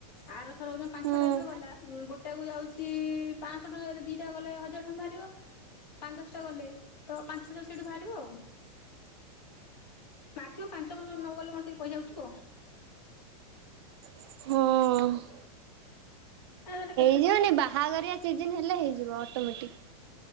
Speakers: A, on the left; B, on the right.
A: ଆର ଥର ହଉ ପାଞ୍ଚଛଟା
B: ହଁ
A: ଯେତେବେଳେ ଗଲା, ଗୋଟା କୁ ଯାଉଛି, ପାଁ ଶହ ଟଙ୍କାରେ ଦିଟା ଗଲେ ହଜାର ଟଆଁ ବାହାରିବ, ପାଞ୍ଚ ଦଶଟା ଗଲେ ତ, ପାଞ୍ଚ ଛ ହଜାର ସେଇଠୁ ବାହାରିବ ଆଉ। ମାକ୍ସିମମ୍ ପାଞ୍ଚ ବର୍ଷ ନ ଗଲେ, କଣ ସେ ପଇସା ଉଠିବ?
B: ହଁ।
A: ଆଁ ଏଟା କେତ୍
B: ଇଏମାନେ ବାହାଘରିଆ ଚିଯିନ ହେଲେ, ହେଇଯିବ ଅଟୋମେଟିକ୍।